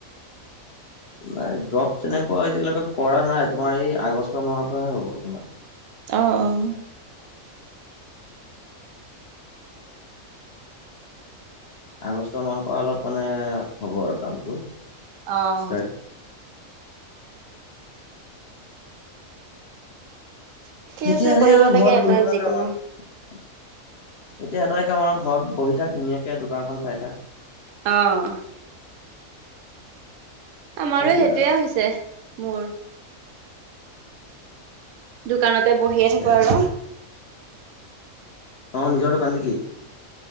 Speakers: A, on the left; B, on the right.
A: নাই জব তেনেকুৱা এতিয়ালকে কৰা নাই তোমাৰ এই আগষ্ট মাহৰ পৰাহে হ'ব তোমাৰ
B: অহ অ।
A: আগষ্ট মাহৰ পৰা অলপ মানে হ'ব আৰু কামটো
B: অহ
A: ষ্টাৰ্ট।
B: ঠিকে
A: এতিয়া
B: আছে
A: এনেই
B: কৰিব
A: আৰু ঘৰত
B: লাগে এটা
A: বহি থকা
B: যিকোনো।
A: কাম আৰু এতিয়া এটাই কাম আৰু ঘৰত বহি থাক ধুনীয়াকে দোকানখন চাই থাক।
B: অহ আমাৰো
A: সেইটোৱে
B: সেইটোয়ে
A: আৰু
B: হৈছে মোৰ দোকানতে বহিয়ে
A: তাকে
B: থাকো আৰু
A: অ নিজৰ দোকান নেকি